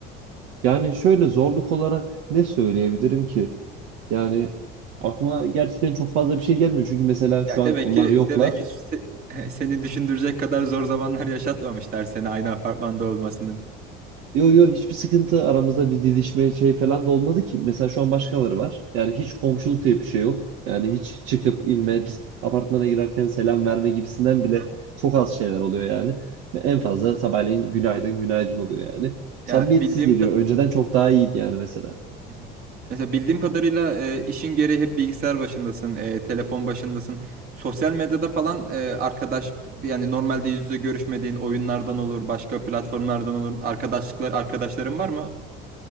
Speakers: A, on the right; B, on the right.
A: Yani şöyle zorluk olarak ne söyleyebilirim ki? Yani aklıma gerçekten çok fazla bir şey gelmiyor. Çünkü mesela şu
B: Ya
A: an
B: demek
A: onlar
B: ki
A: yoklar.
B: demek ki se- <laughs> seni düşündürecek kadar zor zamanlar yaşatmamışlar seni aynı apartmanda olmasının.
A: Yo yo hiçbir sıkıntı aramızda bir didişme şey falan da olmadı ki. Mesela şu an başkaları var. Yani hiç komşuluk diye bir şey yok. Yani hiç çıkıp inme biz apartmana girerken selam verme gibisinden
B: Hı
A: bile
B: hı.
A: çok az şeyler oluyor yani. Ve en fazla sabahleyin günaydın günaydın oluyor yani. Samimiyetsiz
B: Ya bildiğim
A: geliyor.
B: kadar
A: Önceden çok daha iyiydi yani mesela.
B: Hı hı. Mesela bildiğim kadarıyla e, işin gereği hep bilgisayar başındasın, e, telefon başındasın. Sosyal medyada falan e, arkadaş yani normalde yüz yüze görüşmediğin oyunlardan olur, başka platformlardan olur. Arkadaşlıklar, arkadaşların var mı?